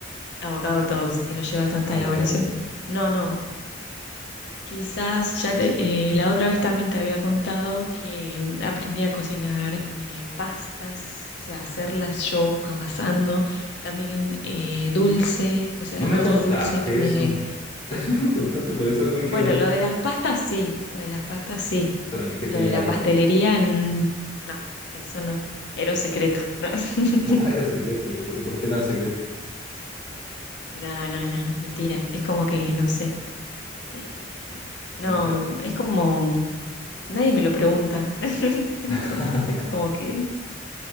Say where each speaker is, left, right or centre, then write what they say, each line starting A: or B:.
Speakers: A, on the left (about 65°); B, on the left (about 30°).
A: abogado toast, que no lleva tanta
B: avocado
A: elaboración.
B: toast.
A: No, no. Quizás ya te- eh, la otra vez también te había contado que mm, aprendí a cocinar eh, pastas, o sea, hacerlas yo amasando, también eh, dulce, o sea,
B: No me
A: cosas
B: contaste
A: dulces, ponele.
B: eso. <laughs> No me contaste, por eso me
A: Bueno,
B: quedó la duda.
A: lo de las pastas sí, lo de las pastas sí,
B: Claro, me dijiste
A: lo
B: llevar
A: de la
B: harina.
A: pastelería
B: <laughs>
A: mm, no, eso no, era un secreto. <laughs>
B: Uh, Ah, era secreto. ¿Y por, y por qué tan secreto?
A: No, no, no, mentira, es como que no sé. Eh, no,
B: Ta-
A: es como, nadie me lo pregunta, <laughs> entonces
B: <laughs>
A: es como que